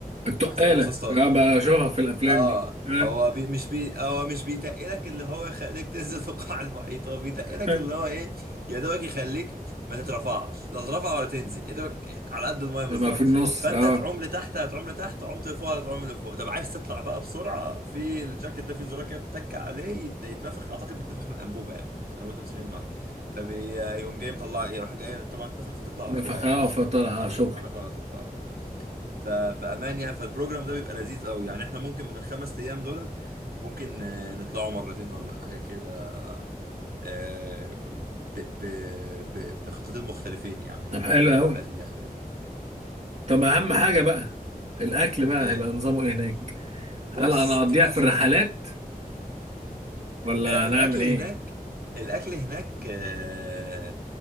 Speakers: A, on the right; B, on the right.
A: التقالة
B: فحزام الرصاص
A: انا بشوفها في الافلام
B: اه
A: دي آه.
B: هو بي مش بي هو مش بيتقلك اللي هو يخليك تنزل <laughs> في القاع المحيط هو بيتقلك
A: <laughs>
B: اللي هو ايه يا دوبك يخليك ما تترفعش لا تترفع ولا تنزل يا دوبك على قد المايه بالظبط
A: لما في النص
B: فانت
A: اه
B: هتعوم لتحت هتعوم لتحت عمت لفوق هتعوم لفوق طب عايز تطلع بقى بسرعه في الجاكيت ده في زرار كده بتتك عليه يت- يتنفخ اعتقد بيتنفخ من الانبوبه يعني انبوبه الاكسجين اللي معاك فبيقوم جاي مطلع يروح جاي طبعا تنفخ فتطلع
A: نفخها
B: على فوق على على الشط
A: فطلع
B: على على
A: اه شكرا
B: على فوق على طول اه ف... فامان يعني فالبروجرام ده بيبقى لذيذ قوي يعني احنا ممكن من الخمس ايام دولت ممكن آه، نطلعوا مرتين ولا حاجه كده آه، ب... ب... ب... بخطتين مختلفين يعني
A: طب
B: ال-
A: حلو قوي
B: رحلات اليخت دي
A: طب اهم حاجة بقى الاكل بقى
B: آه،
A: هيبقى نظامه ايه هناك
B: بص
A: هل انا اقضيها
B: الاكل
A: في الرحلات ولا
B: آه،
A: هنعمل
B: الاكل
A: ايه
B: هناك الاكل هناك آه،